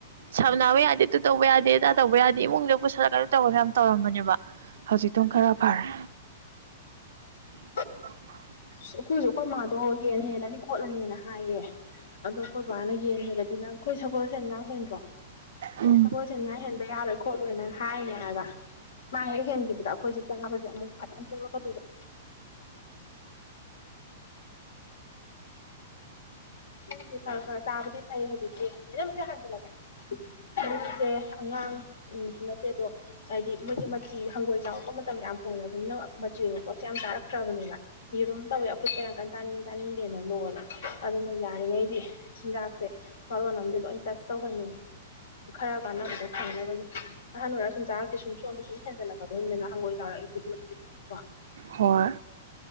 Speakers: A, on the right; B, on the left.
A: ꯁꯝꯅꯕ ꯌꯥꯗꯦ ꯇꯨ ꯇꯧꯕ ꯌꯥꯗꯦ ꯇꯗꯥ ꯇꯧꯕ ꯌꯥꯗꯦ ꯏꯃꯨꯡꯗ ꯄꯨꯁꯜꯂꯛꯒꯅ ꯇꯧꯔꯁꯨ ꯌꯥꯝ ꯇꯧꯔꯝꯕꯅꯦꯕ ꯍꯧꯖꯤꯛꯇꯣ ꯈꯔ ꯐꯔꯦ
B: ꯎꯝ
A: <inaudible>
B: ꯑꯩꯈꯣꯏꯁꯨ ꯑꯩꯈꯣꯏ ꯃꯥꯗꯣ ꯍꯒꯦꯅ ꯍꯦꯜꯂꯅꯤ ꯈꯣꯠꯂꯅꯤꯅ ꯍꯥꯏꯌꯦ ꯑꯗꯣ ꯑꯩꯈꯣꯏ ꯕꯕꯥꯅ ꯌꯦꯟꯗꯔꯗꯤ ꯅꯪ ꯑꯩꯈꯣꯏ ꯁꯒꯣꯜꯁꯦ ꯉꯥ ꯍꯦꯟꯗ꯭ꯔꯣ
A: ꯎꯝ
B: ꯁꯒꯣꯜꯁꯦ ꯉꯥꯏ ꯍꯦꯟꯕ ꯌꯥꯔꯣꯏ ꯈꯣꯠꯂꯣꯏꯅ ꯍꯥꯏꯅꯦ ꯍꯥꯏꯕ ꯃꯥ ꯍꯦꯛ ꯍꯦꯟꯈꯤꯕꯗ ꯑꯩꯈꯣꯏꯁꯦ ꯆꯪꯉꯕꯁꯦ ꯑꯃꯨꯛ ꯐꯅꯌꯥꯝ ꯇꯣꯛꯂꯛꯀꯗꯣꯏꯕ
A: <inaudible>
B: ꯗꯤ ꯈꯔ ꯈꯔ ꯆꯥꯕꯗꯤ ꯐꯥꯏ ꯍꯧꯖꯤꯛꯀꯤ ꯑꯦꯗꯣꯝꯆꯥ ꯍꯥꯟꯖꯂꯒꯦ ꯑꯩꯁꯦ ꯑꯉꯥꯡꯁꯨ ꯅꯠꯇꯦ ꯑꯗꯣ ꯍꯥꯏꯗꯤ ꯃꯣꯏꯁꯦ ꯃꯊꯤ ꯍꯪꯒꯣꯏ ꯆꯥꯉꯛꯄ ꯃꯇꯝ ꯌꯥꯝ ꯑꯣꯏꯔꯕꯅꯤꯅ ꯃꯆꯤ ꯑꯣꯏꯕ ꯄꯣꯠꯁꯦ ꯌꯥꯝ ꯆꯥꯔꯛꯇ꯭ꯔꯕꯅꯦꯕ ꯌꯦꯔꯨꯝ ꯇꯧꯋꯦ ꯑꯐꯨꯠ ꯀ ꯌꯥꯝ ꯀꯟ ꯆꯥꯅꯤꯡꯉꯤ ꯆꯥꯅꯤꯡꯗꯦ ꯑꯩꯅ ꯂꯣꯂꯦ ꯑꯗꯨꯅ ꯌꯥꯔꯤꯉꯩꯗꯤ ꯍꯤꯟꯖꯥꯛꯁꯦ ꯃꯔꯣꯟ ꯑꯃꯗꯤ ꯂꯣꯏ ꯇꯆ ꯇꯧꯍꯟꯅꯤꯡꯉꯤ ꯈꯔ ꯀꯥꯟꯅꯕꯗꯣ ꯐꯪꯅꯕꯒꯤ ꯑꯍꯟ ꯑꯣꯏꯔ ꯁꯨꯝ ꯆꯥꯔꯛꯇꯦ ꯁꯨꯝ ꯁꯣꯝꯗ ꯁꯨꯝ ꯍꯦꯟꯖꯜꯂꯛꯕꯅꯤꯅ ꯍꯪꯒꯣꯏ ꯆꯥꯔꯛꯏꯕ ꯈꯨꯗꯤꯡꯛꯇꯤ ꯀꯣ
A: ꯍꯣꯏ